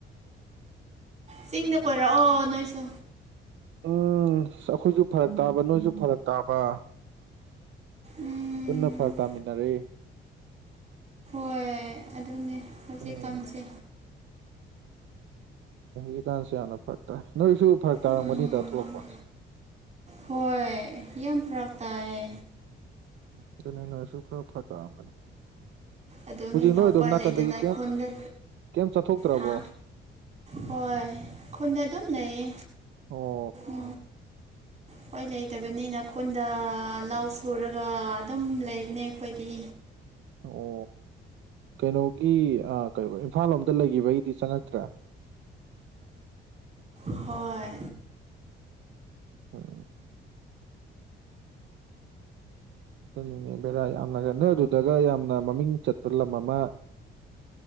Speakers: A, on the right (about 35°); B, on the right (about 70°).
A: ꯆꯤꯡꯗ ꯀꯣꯏꯔꯛꯑꯣ ꯅꯣꯏꯁꯨ
B: ꯎꯝ ꯑꯩꯈꯣꯏꯁꯨ ꯐꯔꯛ ꯇꯥꯕ ꯅꯣꯏꯁꯨ ꯐꯔ ꯇꯥꯕ
A: ꯎꯝ
B: ꯄꯨꯟꯅ ꯐꯔꯛ ꯇꯥꯃꯤꯟꯅꯔꯦ
A: ꯍꯣꯏ ꯑꯗꯨꯅꯦ ꯍꯧꯖꯤꯛ
B: ꯑꯗꯩ
A: ꯀꯟꯁꯦ
B: ꯦ ꯀꯁꯤꯦ ꯑꯅ ꯄꯔꯇꯥ ꯅꯣꯏꯁꯨ ꯊꯥꯛ ꯇꯥꯔꯝꯒꯅꯤꯗ
A: ꯎꯝ
B: ꯊꯣꯛꯂꯛꯄ
A: ꯍꯣꯏ ꯌꯥꯝ ꯄ꯭ꯔꯥꯥꯛꯛꯇ ꯍꯥꯏ
B: ꯑꯗꯨꯅꯤ ꯅꯣꯏꯁꯨ ꯈꯔ ꯐꯇꯥꯑꯒꯅꯤ
A: ꯑꯗꯨꯅꯤꯅ
B: ꯍꯧꯖꯤꯛ ꯅꯣꯏ
A: ꯎꯄꯥꯏ
B: ꯑꯗꯣꯝ ꯅꯥꯀꯟꯗꯒꯤ
A: ꯂꯩꯇꯅ ꯈꯨꯟꯗ
B: ꯀꯩꯝ ꯆꯠꯊꯣꯛꯇ꯭ꯔꯕꯣ
A: ꯍꯥ ꯍꯣꯏ ꯈꯟꯗ ꯑꯗꯨꯝ ꯂꯩꯏꯌꯦ
B: ꯑꯣ
A: ꯎ ꯍꯣꯏ ꯂꯩꯇꯕꯅꯤꯅ ꯈꯨꯟꯗ ꯂꯧ ꯁꯨꯔꯒ ꯑꯗꯨꯝ ꯂꯩꯕꯅꯦ ꯑꯩꯈꯣꯏꯗꯤ
B: ꯑꯣ ꯀꯩꯅꯣꯒꯤ ꯏꯝꯐꯥꯜ ꯂꯣꯝꯗ ꯂꯩꯈꯤꯕꯒꯤꯗꯤ ꯆꯪꯉꯛꯇ꯭ꯔꯦ <inaudible>
A: ꯍꯣꯏ
B: ꯎꯝ ꯅꯤꯅꯦ ꯕꯔꯥ ꯌꯥꯝꯅꯦ ꯅꯣꯏ ꯑꯗꯨꯗꯒ ꯌꯥꯝ ꯃꯃꯤꯡ ꯆꯠꯄ ꯂꯝ ꯑꯃ